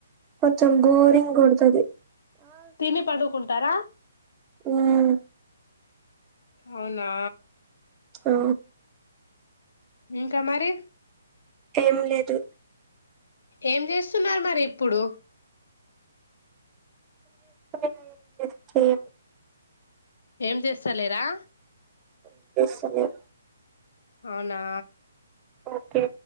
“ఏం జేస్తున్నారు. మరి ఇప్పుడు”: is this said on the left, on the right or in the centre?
Left